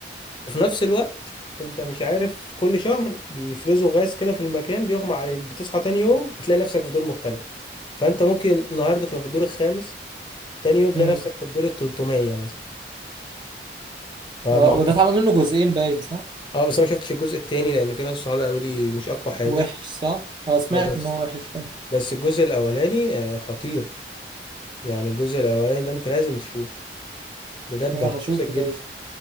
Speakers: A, on the left (about 25°); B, on the right (about 25°).
A: وفي نفس الوقت أنت مش عارف كل شهر بيفرزوا غاز كده في المكان بيغمى عليك بتصحى تاني يوم بتلاقي نفسك في دور مختلف فأنت ممكن النهاردة تبقى في الدور الخامس تاني يوم تلاقي
B: امم
A: نفسك في الدور التلتمية مثلا فمعاناة
B: اه وده اتعمل منه جزئين باين صح
A: اه بس انا ما شفتش الجزء التاني لان في ناس صحابي قالوا لي مش اقوى حاجه
B: وحش صح اه سمعت
A: اه بس
B: ان هو وحش فعلا
A: بس الجزء الاولاني آه، خطير يعني الجزء الاولاني ده انت لازم تشوفه بجد
B: اه
A: هتتبسط
B: هشوفه
A: جدا
B: لازم